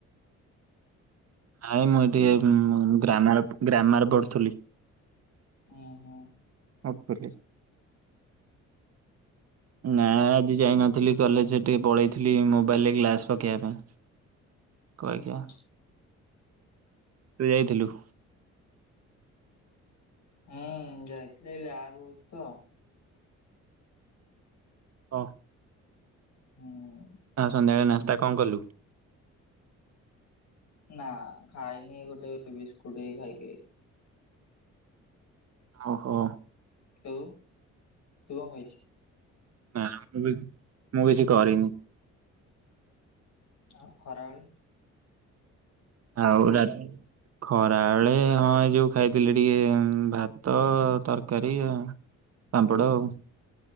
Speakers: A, on the right; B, on the left.
A: ଆାଇ ମୁଁ ଏ ଟିକେ ଗ୍ରାମ-ଗ୍ରାମାର ପଢୁଥିଲି।
B: ଓ ହୋ।
A: <unintelligible> ନା ଆଜି ଯାଇନଥିଲି କଲେଜ ଟିକେ ପଳେଇଥିଲି ମୋବାଇଲରେ ଗ୍ଲାସ ପକେଇବା ପାଇଁ।
B: ହୁଁ
A: କୁଆଖିଆ, ତୁ ଯାଇଥିଲୁ?
B: ହୁଁ ଯାଇଥିଲି ଲ୍ୟାବ୍ ହଉଛି ତ।
A: ହଉ।
B: ହୁଁ।
A: ଆଉ ସନ୍ଧ୍ୟାବେଳେ ନାସ୍ତା କଣ କଲୁ?
B: ନା ଖାଇନି ଗୋଟେ ବିସ୍କୁଟ ହେଇ ଖାଇକି ଆଇଲି।
A: ଓହୋ।
B: ତୁ, ତୁ କଣ ଖାଇଛୁ?
A: ନା, ମୁଁ ବି ମୁଁ କିଛି କରିନି।
B: ଆଉ ଖରାବେଳେ?
A: ଆଉ ରା ଖରା ବେଳେ ହଁ ଏ ଯୋଉ ଖାଇଥିଲି ଟିକେ ଭାତ ତରକାରୀ ଆ ପାମ୍ପଡ଼ ଆଉ।